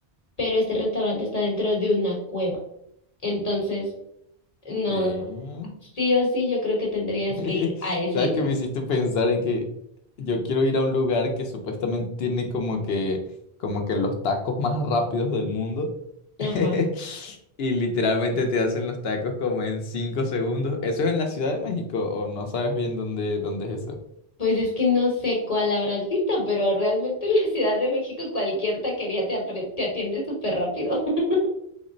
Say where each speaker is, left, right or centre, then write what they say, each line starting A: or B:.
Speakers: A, on the left (about 40°); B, on the left (about 70°).
A: pero este restaurante está dentro de una cueva. Entonces, no,
B: ¿Qué?
A: no. Sí o sí, yo creo que tendrías
B: <laughs>
A: que ir a ese
B: ¿Sabes
A: lugar.
B: que me hiciste pensar en que yo quiero ir a un lugar que supuestamente tiene como que, como que los tacos más rápidos del mundo?
A: Ajá.
B: <laughs> Y literalmente te hacen los tacos como en 5 segundos. ¿Eso es en la Ciudad de México o no sabes bien dónde, dónde es eso?
A: Pues es que no sé cuál habrás visto, pero realmente <laughs> en la Ciudad de México cualquier taquería te, apre- te atiende súper rápido. <laughs>